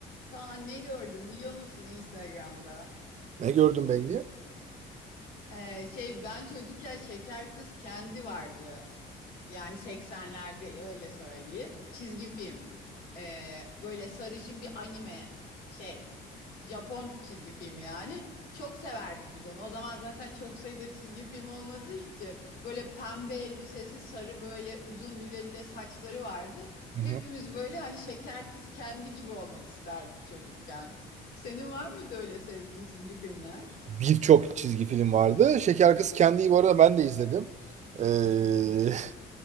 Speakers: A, on the left (about 70°); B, on the right (about 45°).
A: Kaan ne gördüm biliyor musun Instagram'da?
B: Ne gördün Bengi?
A: Ee, şey ben çocukken Şeker Kız Kendi vardı yani 80'lerde öyle söyleyeyim. Çizgi film. Ee, böyle sarışın bir anime şey Japon çizgi filmi yani. Çok severdik biz onu. O zaman zaten çok sayıda çizgi film olmadığı için böyle pembe elbisesi, sarı böyle uzun lüle lüle saçları vardı.
B: Hı hı.
A: Hepimiz böyle hani şeker kız kendi gibi olmak isterdik çocukken. Senin var mıydı öyle sevdiğin çizgi filmler?
B: Birçok çizgi film vardı. Şeker Kız Kendi'yi bu arada ben de izledim. Ee,